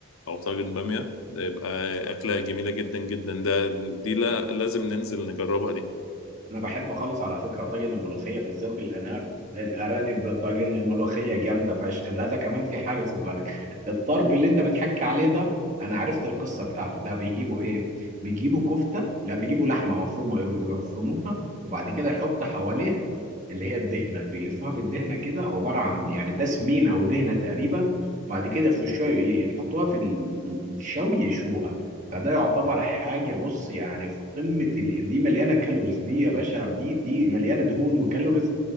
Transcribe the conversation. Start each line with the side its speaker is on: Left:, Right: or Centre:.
Left: او طاجن باميه ده يبقى اكله جميله جدا جدا ده دي لا لازم ننزل نجربها دي
Right: انا بحب خالص على فكره طاجن الملوخيه بالذات بالارانب الارانب طاجن الملوخيه جامده فشخ لا ده كمان في حاجه خد بالك الطرب اللي انت بتحكي عليه ده انا عرفت القصه بتاعته ده بيجيبوا ايه بيجيبوا كفته لا بيجيبوا لحمه مفرومه يفرموها وبعد كده يحط حواليها اللي هي الدهنه بيلفوها بالدهنه كده عباره عن يعني ده سمين او دهنه تقريبا بعد كده يخشوها يحطوها في ال- ال- الشوي يشوها فده يعتبر حاجه بص يعني في قمه ال- دي مليانه كالوريز دي يا باشا دي دي مليانه دهون وكالوريز